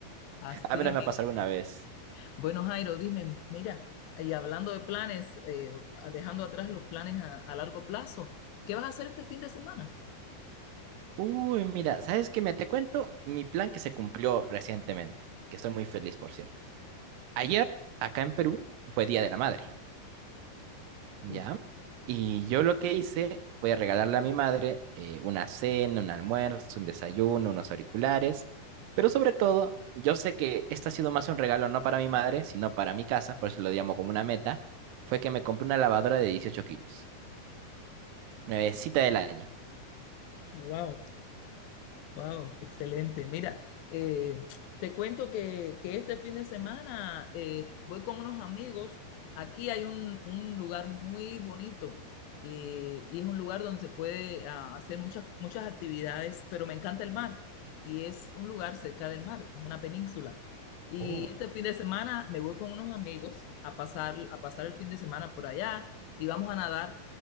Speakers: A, on the left; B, on the right.
A: Así
B: A menos
A: mis.
B: me ha pasado alguna vez.
A: Bueno, Jairo, dime, mira, y hablando de planes, eh, dejando atrás los planes a, a largo plazo, ¿qué vas a hacer este fin de semana?
B: Uy, mira, ¿sabes qué? Me te cuento mi plan que se cumplió recientemente, que estoy muy feliz, por cierto. Ayer, acá en Perú, fue Día de la Madre. ¿ya?
A: Sí.
B: Y yo lo que hice fue regalarle a mi madre eh, una cena, un almuerzo, un desayuno, unos auriculares, pero sobre todo, yo sé que este ha sido más un regalo no para mi madre, sino para mi casa, por eso lo llamo como una meta, fue que me compré una lavadora de 18 kilos, nuevecita del año.
A: Wow. Wow, excelente. Mira, eh, te cuento que, que este fin de semana eh, voy con unos amigos. Aquí hay un, un lugar muy bonito eh, y es un lugar donde se puede ah, hacer muchas, muchas actividades, pero me encanta el mar y es un lugar cerca del mar, es una península. Y
B: Uy.
A: este fin de semana me voy con unos amigos a pasar, a pasar el fin de semana por allá y vamos a nadar